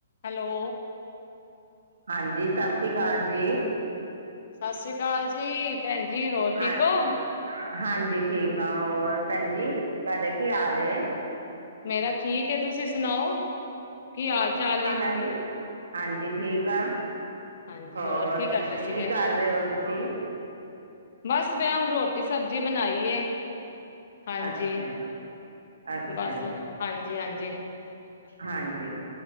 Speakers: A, on the left; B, on the right.
A: Hello.
B: ਹਾਂਜੀ, ਸਤਿ ਸ੍ਰੀ ਅਕਾਲ ਜੀ।
A: ਸਤਿ ਸ੍ਰੀ ਅਕਾਲ ਜੀ, ਭੈਣ ਜੀ ਹੋਰ ਠੀਕ
B: ਹਾਂ
A: ਹੋ?
B: ਹਾਂਜੀ, ਠੀਕ ਆ ਹੋਰ ਭੈਣਜੀ ਤੁਹਾਡਾ ਕੀ ਹਾਲ ਏ?
A: ਮੇਰਾ ਠੀਕ ਹੈ, ਤੁਸੀਂ ਸੁਣਾਓ ਕੀ ਹਾਲ-ਚਾਲ ਏ?
B: ਏਵੀ। ਹਾਂਜੀ, ਠੀਕ ਆ
A: ਹਾਂਜੀ
B: ਹੋਰ
A: ਕੀ ਕਰਦੇ ਸੀਗੇ
B: ਕੀ ਕਰ ਰਹੇ ਹੋ ਤੁਸੀਂ?
A: ਬਸ ਮੈ ਹੁਣ ਰੋਟੀ-ਸਬਜ਼ੀ ਬਣਾਈ ਏ। ਹਾਂਜੀ,
B: ਅੱਛਾ ਜੀ ਅੱਛਾ
A: ਬਸ
B: ਜੀ
A: ਹਾਂਜੀ-ਹਾਂਜੀ।
B: ਹਾਂਜੀ-